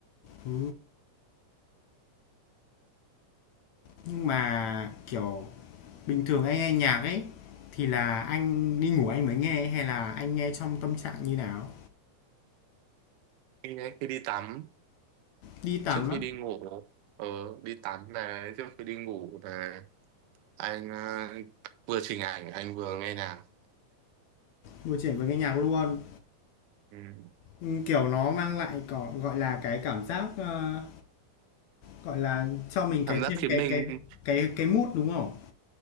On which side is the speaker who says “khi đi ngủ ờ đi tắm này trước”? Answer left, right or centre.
Right